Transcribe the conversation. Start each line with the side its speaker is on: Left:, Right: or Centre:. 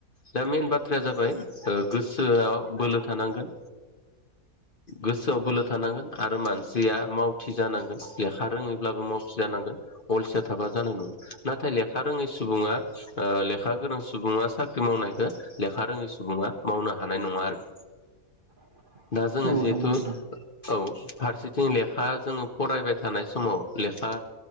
Left: दा मेन बाथ्राया जाबाय गोसोआव बोलो थानांगोन। गोसोआव बोलो थानांगोन आरो मानसिया मावथि जानांगोन लेखा रोङैब्लाबो मावथि जानांगोन अलसिया थाबा जानाय नङा। नाथाय लेखा रोङै सुबुंआ ओ लेखा गोरोंनां सुबुङा साख्रि मावनायखो लेखा रोङै सुबुङा मावनो हानाय नङा आरो।
Right: <inaudible>
Left: दाजोङो
Right: नंगौ
Left: जिहेतु
Right: नोंथां
Left: औ फारसेथिं लेखा जोंङो फरायबाय थानाय समाव लेखा